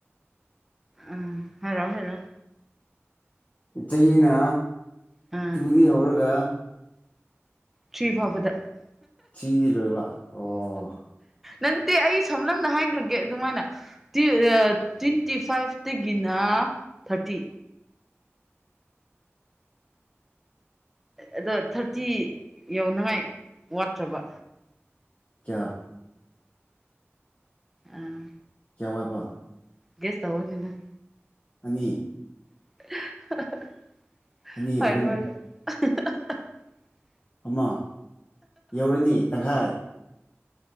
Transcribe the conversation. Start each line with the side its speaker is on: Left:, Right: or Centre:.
Centre: ꯑꯝ ꯍꯥꯔꯛꯑꯣ ꯍꯥꯔꯛꯑꯣ
Left: ꯆꯍꯤꯅ
Centre: ꯎꯝ
Left: ꯇꯨꯗꯒꯤ ꯍꯧꯔꯒ
Centre: ꯊ꯭ꯔꯤ ꯐꯥꯎꯕꯗ
Left: ꯊ꯭ꯔꯤꯗꯤ ꯂꯣꯏꯕ ꯑꯣ
Centre: ꯅꯠꯇꯦ ꯑꯩ ꯁꯝꯂꯞꯅ ꯍꯥꯏꯈ꯭ꯔꯒꯦ ꯑꯗꯨꯃꯥꯏꯅ ꯗꯤꯜ ꯑꯥ ꯇ꯭ꯋꯦꯟꯇꯤ ꯐꯥꯏꯚꯇꯒꯤꯅ ꯊꯥꯔꯇꯤ ꯑꯗꯣ ꯊꯥꯔꯇꯤ ꯌꯧꯅꯉꯥꯏ ꯋꯥꯠꯇ꯭ꯔꯕ
Left: ꯀꯌꯥ
Centre: ꯑꯥ
Left: ꯀꯌꯥ ꯋꯥꯠꯕ
Centre: ꯒꯦꯁ ꯇꯧꯑꯣꯅꯦ ꯅꯪ
Left: ꯑꯅꯤ
Centre: <inaudible>
Left: ꯑꯅꯤ ꯑꯍꯨꯝ
Centre: ꯍꯥꯏꯔꯣ <inaudible>
Left: ꯑꯃ ꯌꯧꯔꯅꯤ ꯇꯪꯈꯥꯏ